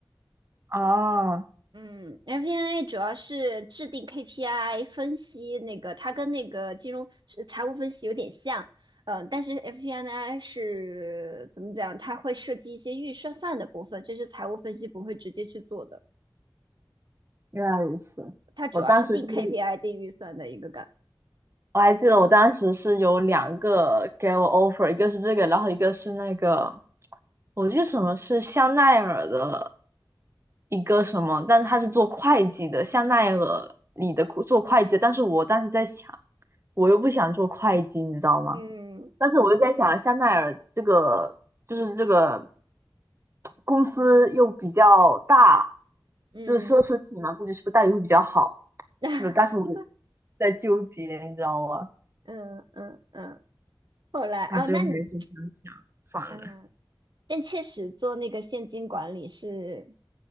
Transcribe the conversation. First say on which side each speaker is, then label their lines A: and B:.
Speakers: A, on the right (about 30°); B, on the right (about 65°).
A: 啊，
B: 嗯，FP&A 主要是制定 KPI，分析那个它跟那个金融是财务分析有点像，嗯、但是 FP&A 是怎么讲？它会涉及一些预算算的部分，这是财务分析不会直接去做的，
A: 原来如此。
B: 它主要是定
A: 我当时是
B: KPI、定预算的一个岗。
A: 我还记得我当时是有两个给我 offer，一个是这个，然后一个是那个，我记得什么是香奈儿的一个什么，但是他是做会计的，香奈儿里的做会计的，但是我当时在想，我又不想做会计，你知道吗？
B: 嗯
A: 但是我又在想，香奈儿这个就是这个公司又比较大，
B: 嗯
A: 就是奢侈品嘛，估计是不是待遇会比较好？
B: <laughs>
A: 那当时我在纠结，你知道吗？
B: 嗯嗯嗯，后来啊、
A: 那最后还是想想算了。
B: 那你嗯。但确实做那个现金管理是